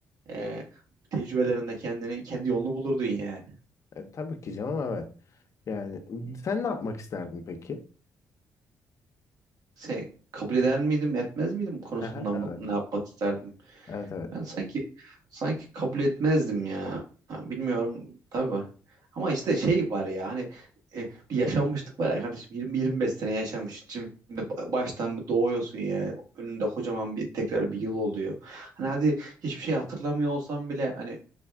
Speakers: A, on the right; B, on the left.
A: E, tecrübelerinde kendini kendi yolunu bulurdun yani.
B: E, tabii ki canım evet. Yani sen ne yapmak isterdin peki?
A: Şey, kabul eder miydim etmez miydim konusunda
B: Aha,
A: mı-
B: evet.
A: ne yapmak isterdin?
B: Evet evet.
A: Ben sanki sanki kabul etmezdim ya. Ha, Bilmiyorum tabii. Ama işte şey var ya hani e, bir yaşanmışlık var ya kardeşim 20-25 sene yaşamış. Şimdi ba- baştan bir doğuyorsun ya. Önünde kocaman bir tekrar bir yıl oluyor. Hani hadi hiçbir şey hatırlamıyor olsam bile hani